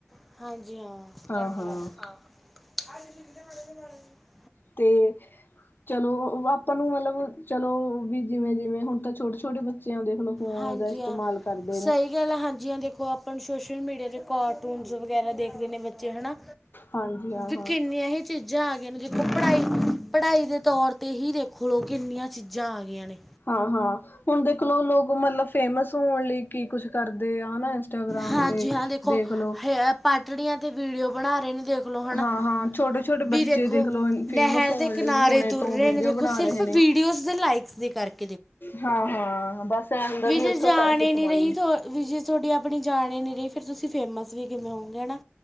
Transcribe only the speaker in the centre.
ਹਾਂਜੀ
ਹਾਂ ਲ
ਹਾਂਜੀ
ਹਾਂ
ਸਹੀ
ਗੱਲ ਆ ਹਾਂਜੀ ਹਾਂ ਦੇਖੋ ਉਹ ਆਪਾਂ ਸੋਸ਼ਲ ਮੀਡੀਆ ਕਾਰਟੂਨਸ ਵਗੈਰਾ ਦੇਖਦੇ ਨੇ ਬੱਚੇ ਹੈ ਨਾ?
ਵੀ
ਕਿੰਨੀਆਂ ਹੀ ਚੀਜ਼ਾਂ ਆ ਗਈਆਂ ਨੇ ਦੇਖੋ, ਪੜ੍ਹਾਈ ਪੜ੍ਹਾਈ ਦੇ ਤੌਰ ਅਤੇ ਇ ਹੀ ਦੇਖ ਲਓ, ਕਿੰਨੀਆਂ ਚੀਜ਼ਾਂ ਆ ਗਈਆਂ ਨੇ।
ਹਾਂਜੀ
ਹਾਂ ਦੇਖੋ
ਹਏ ਪਾਟੜੀਆਂ ਤੇ ਵੀਡੀਓ ਬਣਾ ਰਹੇ ਨੇ ਦੇਖ ਵਲੋ ਹਨਾ
ਵੀ
ਦੇਖੋ
ਨਹਿਰ
ਦੇ ਕਿਨਾਰੇ
ਤੁਰ
ਰਹੇ
ਨੇ ਦੇਖੋ
ਸਿਰਫ
ਵੀਡੀਓਜ਼ ਲਾਈਕਸ ਦੇ ਕਰਕੇ
ਵੀ ਜੇ
ਜਾਣ
ਨੇ ਨੀ
ਰਹੀ
ਵ ਵੀ ਜੇ ਤੁਹਾਡੀ ਆਪਣੀ ਜਾਨ ਹੀ ਨੀ ਰਹੀ, ਫਿਰ ਤੁਸੀਂ ਫੇਮਸ ਵੀ ਕਿਵੇਂ ਹੋਗੇ ਹਨਾ